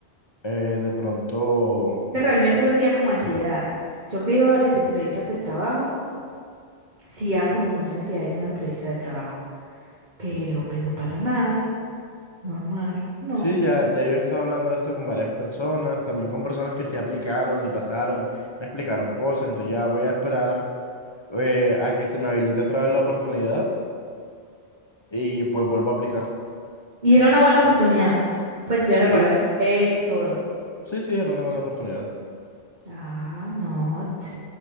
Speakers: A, on the left (about 30°); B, on the right (about 45°).
A: eh, de pronto,
B: Que realmente eso sí da como ansiedad. Yo que he ido a varias entrevistas de trabajo, sí da como mucha ansiedad ir a una entrevista de trabajo. Pero pues no pasa nada, normal, no.
A: sí, ya, ya yo he estado hablando de esto con varias personas, también con personas que se aplicaron y pasaron, me explicaron cosas, entonces ya voy a esperar eh, a que se me habilite otra vez la oportunidad y pues vuelvo a aplicar.
B: Y era una buena oportunidad. Pues te
A: Sí,
B: iban a pagar bien, todo.
A: sí, sí, era una buena oportunidad.
B: Ah, no. t-